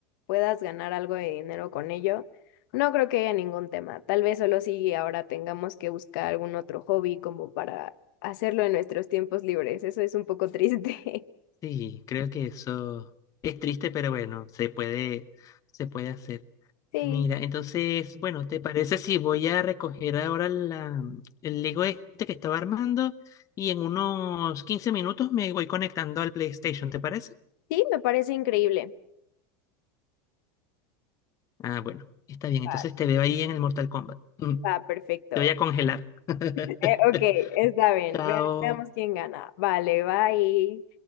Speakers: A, on the left; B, on the left.
A: puedas ganar algo de dinero con ello, no creo que haya ningún tema. Tal vez solo si ahora tengamos que buscar algún otro hobby como para hacerlo en nuestros tiempos libres. Eso es un poco triste. <laughs>
B: Sí, creo que eso es triste, pero bueno, se puede, se puede hacer.
A: Sí,
B: Mira, entonces, bueno, ¿te parece si voy a recoger ahora la, el Lego este que estaba armando y en unos 15 minutos me voy conectando al PlayStation, ¿te parece?
A: sí, me parece increíble.
B: Ah, bueno, está bien.
A: Vale,
B: Entonces te veo ahí en el Mortal Kombat. Mm,
A: va, perfecto.
B: Te voy a congelar.
A: <laughs>
B: <laughs>
A: Eh, ok, está bien.
B: Chao.
A: Ve- veamos quién gana. Vale, bye.